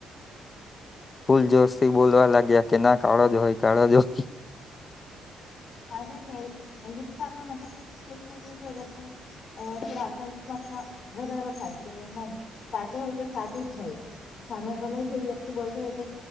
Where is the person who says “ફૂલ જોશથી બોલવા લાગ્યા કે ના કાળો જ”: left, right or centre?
Left